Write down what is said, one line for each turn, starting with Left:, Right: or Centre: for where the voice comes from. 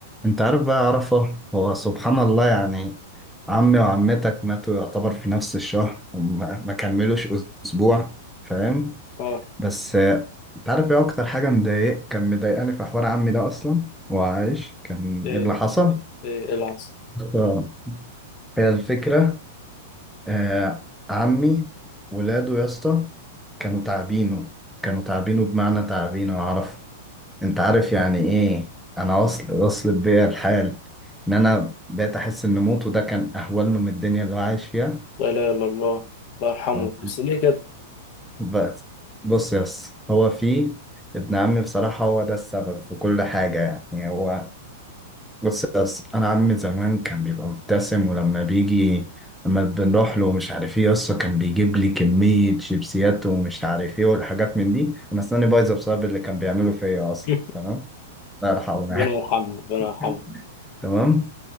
Centre: انت عارف بقى عرفة هو سبحان الله يعني عمي وعمتك ماتوا يعتبر في نفس الشهر وما ما كملوش اسبوع فاهم
Left: اه
Centre: بس آه، انت عارف ايه اكتر حاجة مضايق كان مضايقاني في حوار عمي ده اصلا هو عايش كان
Left: ايه
Centre: ايه اللي حصل
Left: ايه العظ
Centre: آه، هي الفكرة آه عمي ولاده يا اسطى كانوا تعبينه كانوا تعبينه بمعنى تعبينه عرفة انت عارف يعني ايه انا وصل وصل بيا الحال ان انا بقيت احس ان موته ده كان اهون له من الدنيا اللي هو عايش فيها
Left: لا اله الا الله الله يرحمه
Centre: <laughs> أهو.
Left: بس ليه كده
Centre: بس بص يا اسطى هو في ابن عمي بصراحة هو ده السبب في كل حاجة يعني هو بص يا اسطى انا عمي زمان كان بيبقى مبتسم ولما بيجي لما بنروح له ومش عارف ايه يا اسطى كان بيجيب لي كمية شيبسيات ومش عارف ايه والحاجات من دي انا اسناني بايظة بسبب اللي كان بيعمله فيا اصلا
Left: <laughs>
Centre: تمام الله يرحمه
Left: ربنا يرحمه ربنا يرحمه
Centre: يعني تمام